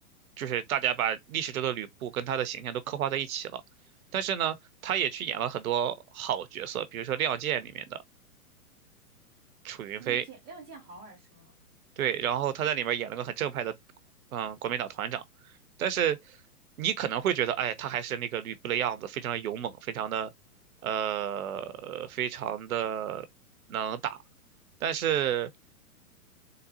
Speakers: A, on the right; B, in the centre.
A: 就是大家把历史中的吕布跟他的形象都刻画在一起了。但是呢，他也去演了很多好角色，比如说《亮剑》里面的楚云飞，
B: 亮剑，亮剑好耳熟哦。
A: 对，然后他在里面演了个很正派的，嗯，国民党团长。但是你可能会觉得，哎，他还是那个吕布的样子，非常的勇猛，非常的，呃，非常的能打，但是。